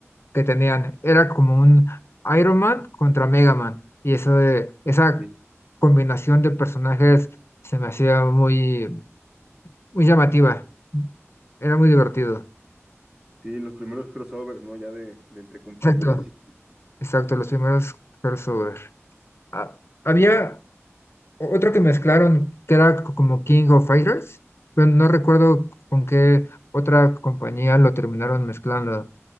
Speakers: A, on the left (about 55°); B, on the right (about 15°).
A: que tenían. Era como un Iron Man contra Mega Man. Y eso de, esa
B: sí.
A: combinación de personajes se me hacía muy, muy llamativa. Era muy divertido.
B: Sí, los primeros crossovers, ¿no? Ya de, de entre compañías
A: Exacto,
B: y,
A: exacto, los primeros crossover. Ah, había
B: y-
A: otro que mezclaron que era co- como King of Fighters, pero no recuerdo con qué otra compañía lo terminaron mezclando,